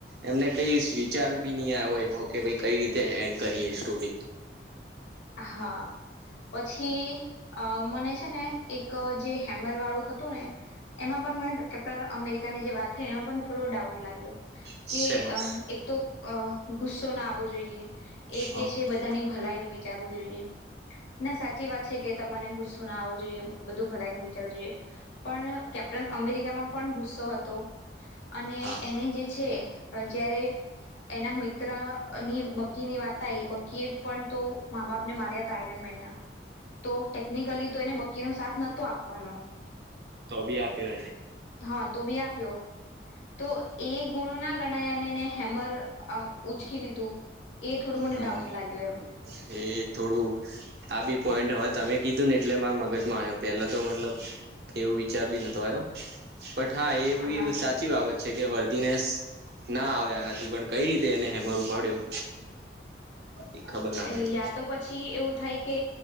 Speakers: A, on the right; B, on the left.
A: એમને કઈ વિચાર બી ની આય હોય એવો કે ભઇ કઈ રીતે એન્ડ કરીએ સ્ટોરી
B: હા પછી અ મને છે ને એક જે હેમર વાળું હતું ને એમાં પણ મને કેપ્ટન અમેરિકાની જે વાત થઈ એમાં પણ થોડો ડાઉટ લાગ્યો.
A: સેમાં
B: કે એક તો ગુસ્સો ના આવવો જોઈએ એક
A: હા
B: જે છે, બધાની ભલાઈ નુ વિ વિચારવું જોઈએ, ના સાચી વાત છે કે તમાને ગુસ્સો ના આવવો જોઈએ બધું ભલાઈનું વિચારવું જોઈએ પણ કેપ્ટન અમેરિકામાં પણ ગુસ્સો હતો. અને
A: હા
B: એને જે છે જયારે એના મિત્ર ની બકીની વાત આવી બકી એ પણ તો મા-બાપને માર્યા હતા આયરન મેનના તો ટેકનિકલી તો એને બકીનો સાથ નતો આપવાનો.
A: તો બી આપ્યો એને
B: હા તો બી આપ્યો તો એ ગુણો ના ગણયાનેને હેમર અ ઉચકી લીધું‌. એ થોડું મને
A: હમ
B: ડાઉટ લાગ્યો એમ
A: એ થોડું આ બી પોઈન્ટ હવે તમે કીધું ને એટલે મારા મગજમાં આવ્યો પેલા તો મતલબ એવો વિચાર બી નતો આવ્યો બટ હા એ બી
B: હા
A: સાચી બાબત છે કે વર્દી નેસ ના આવે આનાથી પણ કઈ રીતે એને હેમર ઉપાડ્યો એ ખબર ના પડી
B: એ યા તો પછી એવું થાય કે